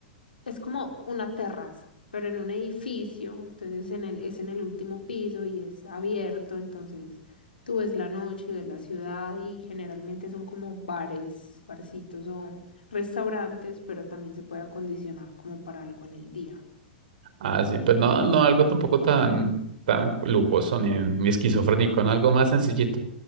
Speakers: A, on the left; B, on the right.
A: Es como una terraza, pero en un edificio, entonces en el, es en el último piso y es abierto, entonces tú ves la noche y ves la ciudad y generalmente son como bares, barcitos o restaurantes, pero también se puede acondicionar como para algo en el día.
B: Ah, sí, pero no, no algo tampoco tan, tan lujoso ni, ni esquizofrénico, no, algo más sencillito.